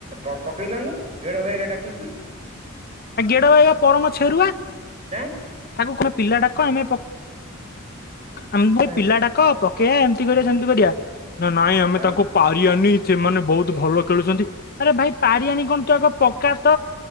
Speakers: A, on the right; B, on the left.
A: ପ ପକେଇଲନି ଭିଡ ଭାଇରା ଡାକିକି
B: ଆଉ ଗେଡ ଭାଇବା ପରମ ଛେରୁଆ
A: ତା ଏ
B: ତାକୁ କଣ ପିଲା ଡାକ ଆମେ ଆମ
A: ହଁ
B: ପିଲା ଡାକ ପକେଇବା ଏମିତି କରିବା ସେମ କରିବା ନା ନାଇଁ ଆମେ
A: ହଁ।
B: ତାଙ୍କୁ ପାରିବନି ସେମାନେ ବହୁତ ଭଲ ଖେଳୁଛନ୍ତି ଆରେ ଭାଇ ପାରଆାନି କଣ ତୁ ଆଗ ପକ୍କା ତ